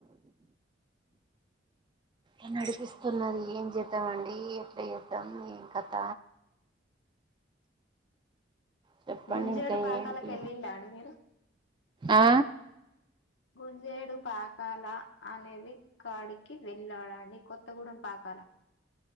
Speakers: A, on the right; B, on the left.
A: ఏ అడిగి తున్నది ఏం చేద్దామండి అ ఎట్లా ఎద్దాం ఏం కథ చెప్పండి
B: గుంజేడు
A: ఇంకా
B: పాకాలకు
A: ఏంటి
B: వెళ్ళిలా అండి మీరు
A: ఆ
B: గుంజేడు పాకాల అనేది కాడికి వెళ్ళాడంండి కొత్తగూడెం పాకాల